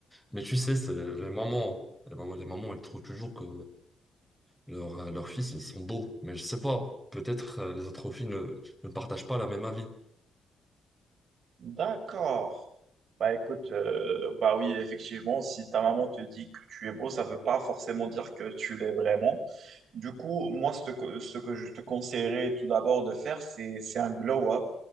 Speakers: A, in the centre; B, on the right.
A: Mais tu sais, c'est les mamans, les mamans, les mamans, elles trouvent toujours que leur, euh, leurs fils, ils sont beaux. Mais je sais pas, peut-être euh, les autres filles ne, ne partagent pas la même avis.
B: D'accord. Bah écoute, euh, bah oui, effectivement, si ta maman te dit que tu es beau, ça ne veut pas forcément dire que tu l'es vraiment. Du coup, moi, ce que, ce que je te conseillerais tout d'abord de faire, c'est, c'est un glow-up.